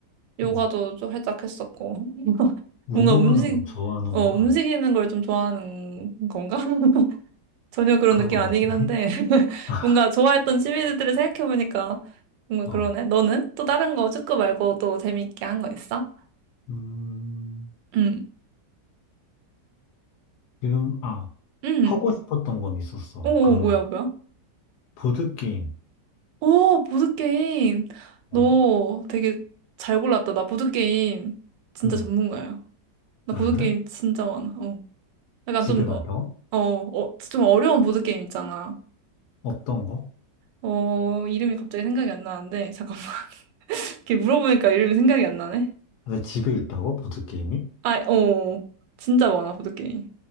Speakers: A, on the right; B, on the left.
A: 요가도
B: 음.
A: 좀 살짝 했었고 <laughs>
B: 운동하는
A: 뭔가 움직
B: 걸 좋아하는구나.
A: 어 움직이는 걸 좀 좋아하는 건가? <laughs> 전혀 그런
B: 그런
A: 느낌
B: 것
A: 아니긴
B: 같은데?
A: 한데 <laughs>
B: <laughs>
A: 뭔가 좋아했던 취미들을 생각해보니까 뭔가
B: 어,
A: 그러네. 너는 또 다른 거 축구 말고 또 재밌게 한 거 있어?
B: 음,
A: 응.
B: 지금, 아,
A: 응.
B: 하고 싶었던 건 있었어.
A: 오
B: 그,
A: 뭐야 뭐야?
B: 보드게임.
A: 오, 보드게임. 너
B: 어,
A: 되게 잘 골랐다. 나 보드게임 진짜
B: 음.
A: 전문가야. 나
B: 아,
A: 보드게임
B: 그래?
A: 진짜 많아. 어. 약간
B: 집에
A: 좀,
B: 많다고?
A: 어, 어, 어, 좀 어려운 보드게임 있잖아.
B: 어떤 거?
A: 어, 이름이 갑자기 생각이 안 나는데, 잠깐만. <laughs> 이렇게 물어보니까 이름이 생각이 안 나네.
B: 왜 집에 있다고? 보드게임이?
A: 아, 어, 진짜 많아, 보드게임.